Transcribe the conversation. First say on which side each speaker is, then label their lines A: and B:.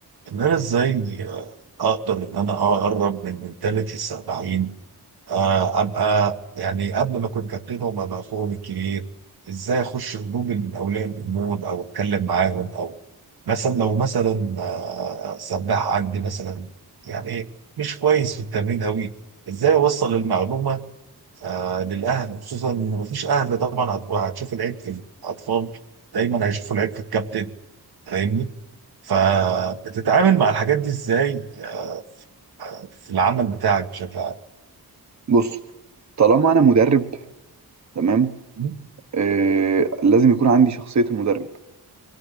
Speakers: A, on the right; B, on the right.
A: ان انا ازاي آه، اقدر ان انا اقرب من منتاليتي السبعين آه، ابقى يعني قبل ما اكون كابتن وما بقى فوق الكبير ازاي اخش جروب من اولياء الامور او اتكلم معاهم او مثلا لو مثلا آه، سباح عندي مثلا يعني إيه، مش كويس في التمرين قوي ازاي اوصل المعلومه آه للاهل خصوصا ان مفيش اهل طبعا هت- هتشوف العيب في الاطفال دايما هيشوفوا العيب في الكابتن فاهمني فبتتعامل مع الحاجات دي ازاي آه ف- في العمل بتاعك بشكل عام
B: بص طالما انا مدرب تمام
A: م?
B: آه لازم يكون عندي شخصية المدرب